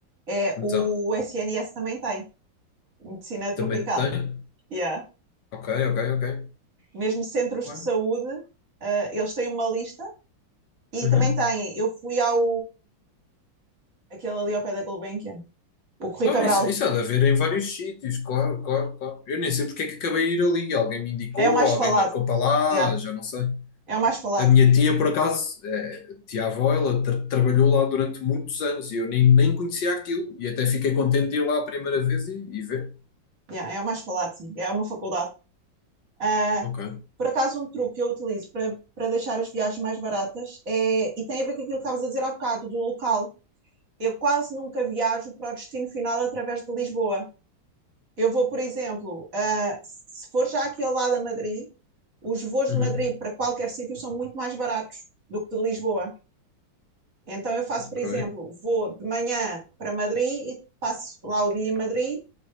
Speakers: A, on the right; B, on the left.
A: É
B: Então,
A: o SNS também tem, Medicina Tropical.
B: também tem?
A: Yeah.
B: Ok, ok, ok.
A: Mesmo centros
B: Ué.
A: de saúde, ah, eles têm uma lista e
B: Uhum.
A: também têm. Eu fui ao. aquele ali ao pé da Gulbenkian, o Corri
B: Claro,
A: Cabral.
B: isso, isso há de haver em vários sítios, claro, claro, claro. Eu nem sei porque é que acabei de ir ali. Alguém me indicou,
A: É o mais
B: alguém
A: falado.
B: marcou para lá,
A: yeah.
B: já não sei.
A: É o mais falado.
B: A minha tia, por acaso, é, tia-avó, ela tra- trabalhou lá durante muitos anos e eu nem, nem conhecia aquilo. E até fiquei contente de ir lá a primeira vez e, e ver.
A: Yeah, é o mais falado, sim. É uma faculdade. Ah,
B: Ok.
A: por acaso, um truque que eu utilizo para, para deixar as viagens mais baratas é, e tem a ver com aquilo que estavas a dizer há bocado, do local. Eu quase nunca viajo para o destino final através de Lisboa. Eu vou, por exemplo, ah, se for já aqui ao lado a Madrid, os voos
B: Uhum.
A: de Madrid para qualquer sítio são muito mais baratos do que de Lisboa. Então eu faço,
B: Ok.
A: por exemplo, vou de manhã para Madrid e passo lá o dia em Madrid